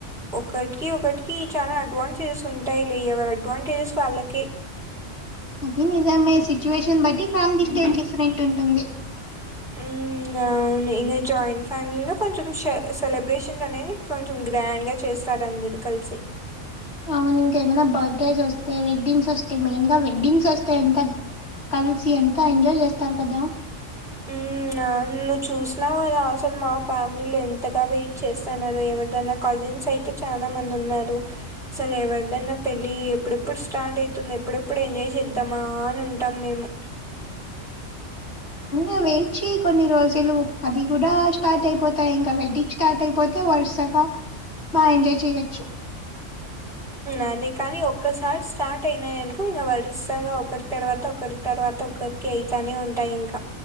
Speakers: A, in the centre; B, on the left.
A: ఒకటికి ఒకటికి చాల అడ్వాంటేజెస్ <unintelligible> ఉంటాయిలే ఎవరి అడ్వాంటేజెస్ వాళ్ళకి
B: అది నిజమే సిచ్యువేషన్ బట్టి ఫ్యామిలీ స్టై <unintelligible> డిఫరెంట్ ఉంటుంది
A: అహ అవును ఇంకా జాయింట్ ఫ్యామిలీలో కొంచెం సె సెలబ్రేషన్స్ అనేది కొంచెం గ్రాండ్గ చేస్తారు అందరూ కలిసి
B: అవును ఇంకేమైన బర్త్డేస్ వస్తే వెడ్డింగ్స్ వస్తే మెయిన్ గా వెడ్డింగ్స్ వేస్తే ఎంత కలిసి ఎంత ఎంజాయ్ చేస్తారు కదా
A: హ్మ్. నువ్వు చూసినవు అద ఆల్సల్ మా ఫ్యామిలీలో ఎంతగా వెయిట్ చేస్తన్నారో ఎవరిదైనా కజిన్స్ అయి అయితే చాన మంది ఉన్నారు అసలు ఎవరిదైనా పెళ్ళి ఎప్పుడెప్పుడు స్టార్ట్ అవుతుంది ఎప్పుడెప్పుడు ఎంజాయ్ చేద్దామా అని ఉ టామ్ మేము
B: <unintelligible> చేయి కొన్ని రోజులు అది కూడా స్టార్ట్ అయిపోతాయి ఇంకా వెడ్డింగ్ స్టార్ట్ అయిపోతే వరుసగ బా ఎంజాయ్ చేయచ్చు
A: ఆ అదే కాని ఒక్కసారి స్టార్ట్ అయినాయినుకో ఇంక వరుసగా ఒకరి తర్వాత ఒకరు తర్వాత ఒకరికి అయితానే ఉంటాయి ఇంక